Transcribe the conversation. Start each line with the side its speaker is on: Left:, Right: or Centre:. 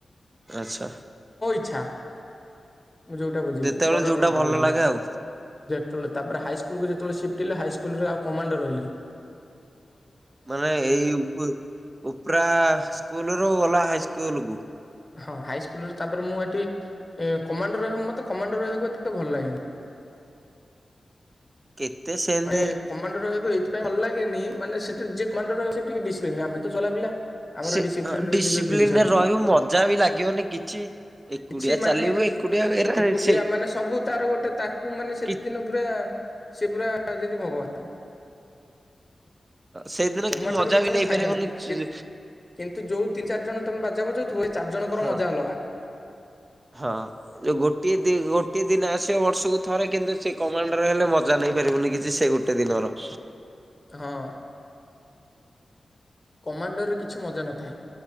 Right: ଆଛା।
Left: ଆଛା ମୁଁ ଯୋଉଁଟା ବଜେଇବି
Right: ଯେତେବେଳେ
Left: ବଡ଼
Right: ଯୋଉଟା
Left: ଡ୍ରମ ଟା
Right: ଭଲ
Left: ବଜେଇିଲି।
Right: ଲାଗେ ଆଉ।
Left: ତବେଳେ ତାପରେ ହାଇସ୍କୁଲକୁ ଯେତେବେଳେ ସିପ୍ଟ ହେଲି ହାଇସ୍କୁଲ ରେ ଆଉ କମାଣ୍ଡର ରହିଲେନି।
Right: ମାନେ ଏଇ ଉପ ଉପ୍ରା ସ୍କୁଲ ରୁ ଗଲ ହାଇସ୍କୁଲ କୁ
Left: ହଁ ହାଇସ୍କୁଲରେ ତାପରେ ମୁଁ ସେଠି କମାଣ୍ଡର ରହିବ ମତେ କମାଣ୍ଡୋ ରହିବାକୁ ଏତେ ଭଲ ଲାଗେନି।
Right: କେତେ ସେମିତି
Left: ମାନେ କମାଣ୍ଡ ରହିବା ସେଥି ପାଇଁ ଭଲ ଲାଗେନ ମାନେ ସେଠି ଯେ କମାଣ୍ଡର ରହିବ ସେ ଟିକେ ଡିସିପ୍ଲିନ ଆମେ ତ ଚଗଲା ପିଲା। ଆମର
Right: ସେ
Left: ଡିସିପ୍ଲିନ
Right: ଡିସିପ୍ଲିନରେ
Left: ବୋଲି ଗୋଟେ ଜିନିଷ ନାହିଁ
Right: ରହିବ ମଜା ବି ଲାଗିବନି କିଛି ଏକୁଟିଆ
Left: କିଛି ମାନେ
Right: ଚାଲିବୁ ଏକୁଟିଆ ଏରା
Left: ଏକୁଟିଆ
Right: ସେ
Left: ମାନେ ସବୁ ତାର ଗୋଟେ ତାକୁ ମାନେ ସେ
Right: କି
Left: ସେ ଦିନ ପୁରା ସେ ପୁରା ଯେମିତି ଭଗବାନ।
Right: ସେଇଦିନ
Left: କମାଣ୍ଡର
Right: କିଛି ମଜା ବି
Left: ମାନେ
Right: ନେଇପାରିବୁନି
Left: ଫାଇଦା ନାହିଁ।
Right: ଚି
Left: କିନ୍ତୁ ଯୋଉ ତିନି ଚାରି ଜଣ ତମେ ବାଜା ବାଜାଉଥିବ ଏଇ ଚାରି ଜଣଙ୍କର
Right: ହଁ
Left: ମଜା ଅଲଗା।
Right: ହଁ ଯୋଉ ଗୋଟିଏ ଦି ଗୋଟିଏ ଦିନ ଆସିବ ବର୍ଷକୁ ଥରେ କିନ୍ତୁ ସେ କମାଣ୍ଡରେ ହେଲେ ମଜା ନା ନେଇପାରିବୁନି କିଛି ସେ ଗୋଟେ ଦିନର।
Left: ହଁ କମାଣ୍ଡରରେ କିଛି ମଜା ନଥାଏ।